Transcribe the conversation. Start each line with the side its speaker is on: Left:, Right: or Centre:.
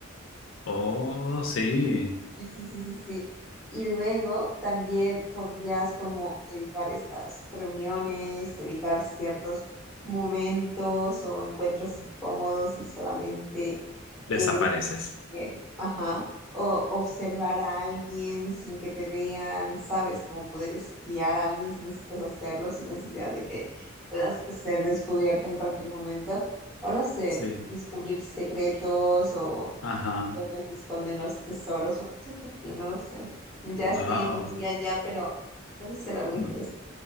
Left: Oh, sí,
Centre: Sí, sí, sí, sí, sí. Y luego también podrías como evitar estas reuniones, evitar ciertos momentos o encuentros incómodos y solamente
Left: desapareces.
Centre: eh, desaparecer. Ajá. O observar a alguien sin que te vean, ¿sabes? Como poder espiar a alguien si necesitas hacerlo, sin necesidad de que puedas ser descubierto en cualquier momento. O no sé,
Left: Sí.
Centre: descubrir secretos o
Left: Ajá.
Centre: donde se esconden los tesoros o cosas así, no lo sé. Ya
Left: Wow.
Centre: estoy yendo muy allá, pero puede ser algo interesante.
Left: No,